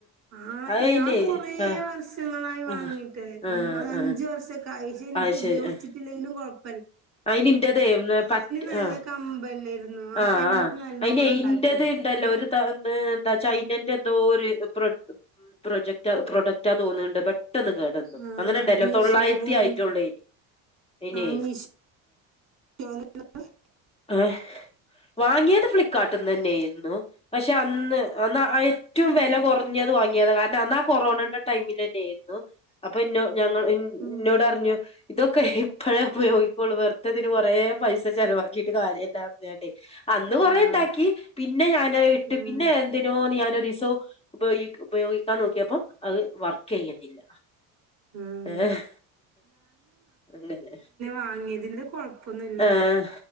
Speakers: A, on the right; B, on the left.
A: ആഹ്
B: അത് അയിനെ
A: ഞാൻ കൊറ
B: ആഹ്
A: വർഷങ്ങളായി വാങ്ങീട്ട്
B: ആഹ് ആഹ്
A: അത് അഞ്ച
B: ആഹ്
A: വർഷയൊക്കെ ആയി ഇണ്ട്
B: അത്
A: ഉപയോഗിച്ചിട്ടില്ലങ്കിലും
B: ശരി ആഹ്
A: കൊഴ-
B: അയിന് എന്റേതെ പ്
A: നല്ല
B: അം ആഹ്
A: കമ്പല്ലായിരുന്നു ആ
B: ആഹ്
A: ടൈമില്
B: ആഹ്
A: നല്ലോണം
B: അയിന്
A: ഉണ്ടാക്കിരുന്നു
B: എന്റേത് ണ്ടല്ലോ ഒരു എന്താ ചൈനേന്റെ എന്തോ ഒരു പ്രൊ പ്രൊജക്റ്റ് പ്രൊഡക്റ്റാ തോന്നുന്നുണ്ട് ബട്ട്- പെട്ടെന്ന് കേട് വന്നു
A: ആഹ്
B: അങ്ങനെയൊണ്ടല്ലോ
A: മീഷോന്നായിരുന്നു
B: തൊള്ളായിരത്തി ആയിട്ടോള്ളെ ഇനി ഇന
A: ആഹ് <unintelligible>
B: ഏഹ് വാങ്ങിയത് ഫ്ലിപ്കാർട്ടീന്ന് തന്നെയായിരുന്നു പക്ഷെ അന്ന് ഏറ്റവും വില കുറഞ്ഞത് വാങ്ങിയത് കാരണം അന്നാ കൊറോണന്റെ ടൈമിൽ തന്നെയായിരുന്നു അപ്പൊ ഇന്നോ ഞങ്ങൾ എന്നോടറിഞ്ഞു
A: ഉം
B: ഇതൊക്കെ എപ്പഴാ ഉപയോഗി കുളു വറത്തതിന് കൊറേ പൈസ ചെലവാക്കീട്ട് കാര്യമില്ലാന്ന് പറഞ്ഞോണ്ടേ അന്ന് കൊറെേ
A: ആഹ്
B: ഉണ്ടാക്കി പിന്നെ ഞാൻ ഇട്ട്
A: ഉം
B: പിന്നെ എന്തിനോ ഞാന സീസോ ഉപയോഗിക്ക്‌ ഉപയോഗിക്കാൻ നോക്കിയപ്പോ അത് വർ ക്കണില്ല
A: ഉം
B: ഏഹ് അങ്ങനെ
A: വാങ്ങിയതിന്റെ കൊഴപ്പൊന്നുല്ല
B: ആഹ്